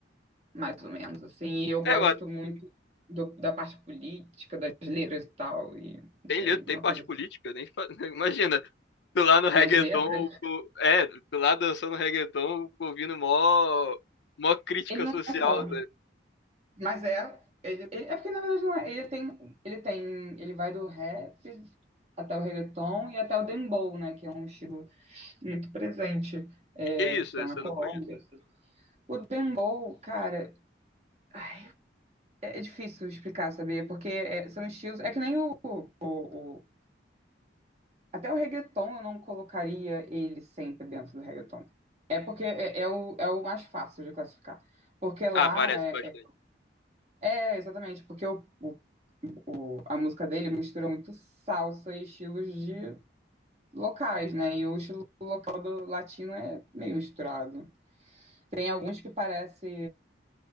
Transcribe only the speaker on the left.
É, eu acho-
tem
letra,
tem parte
política, nem fa- <laughs> imagina. Tu lá no reggaeton,
o- é, tu lá dançando reggaeton, ouvindo mó, mó crítica
social,
Que isso?
Esse
eu
não conheço.
Ah, parece
bastante.